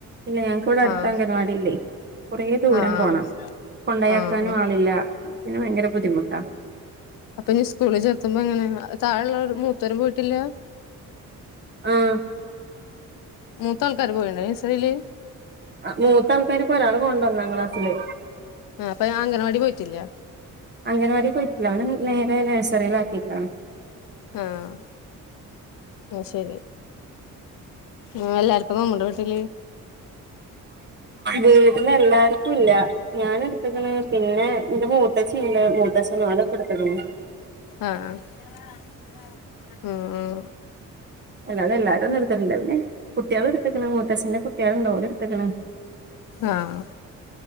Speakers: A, on the right; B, on the left.
A: ഇല്ല ഞങ്ങക്കിവിടെ അടുത്ത
B: ആഹ്
A: അംഗൻവാടി ഇല്ലേ. കെറെ ദൂരം
B: ആഹ്
A: പോണം കൊണ്ടയാക്കാനും
B: ആഹ് ആഹ്
A: ആളില്ല അപ്പം പിന്നെ ഭയങ്കര ബുദ്ധിമുട്ടാ.
B: അപ്പോ ഞ് സ്കൂളിൽ ചേർത്തുമ്പോ എങ്ങനെ താഴെള്ളോര് മൂത്തോര് പോയിട്ടില്ല.
A: ആഹ്.
B: മൂത്ത ആൾക്കാര് പോയിണ് നെഴ്സറീല്.
A: മൂത്ത ആൾക്കാര് ഇപ്പോ ഒരാൾ പോവ്ണ്ട് ഒന്നാം ക്ലാസ്സില്.
B: ആഹ് അപ്പൊ അംഗൻവാടി പോയിട്ടില്ല.
A: അംഗൻവാടി പോയിട്ടില്ല അവനെ നേരെ നഴ്സറിൽ ആക്കിക്ക്ണ്.
B: ആഹ്. ആത് ശരി ആഹ് എല്ലാർക്കും നമ്മുടെ വീട്ടില്.
A: വീട്ന്ന് എല്ലാർക്കും ഇല്ല. ഞാൻ എട്ത്ത്ക്ക്ണ് പിന്നെ എന്റെ മൂത്തച്ചിണ്ട് മൂത്തച്ച നോലൊക്കെ എടുത്ത്ക്ക്ണ്.
B: ആഹ് അഹ് ആഹ് ആഹ്.
A: അല്ലാതെ എല്ലാരും ഒന്നും എട്ത്തിട്ടില്ല പിന്നെ കുട്ടിള് എടുത്ത്ക്ക്ണ് മൂത്തച്ചന്റെ കുട്ടിള് ഉണ്ട് ഓല് എട്ത്ത്ക്ക്ണ്.
B: ആഹ്